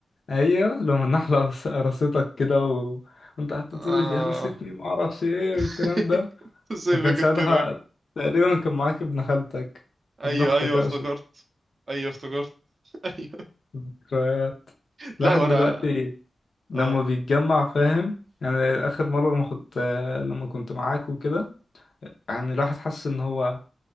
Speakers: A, on the left; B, on the right.
A: ايوه لما النحلة قص- قرصتك كده و... وانت قعدت
B: آه
A: تقول لي دي قرصتني ومعرفش ايه
B: <laughs>
A: والكلام ده
B: ازاي
A: وكان
B: فاكر
A: ساعتها
B: كده
A: تقريبا كان معاك ابن خالتك
B: ايوه
A: ابن اختك
B: ايوه
A: اقصد
B: افتكرت ايوه افتكرت <laughs> ايوه
A: ذكريات
B: لا
A: الواحد
B: وانا
A: دلوقتي لما
B: اه
A: بيتجمع فاهم يعني اخر مرة ما كنت لما كنت معاك وكده يعني الواحد حس ان هو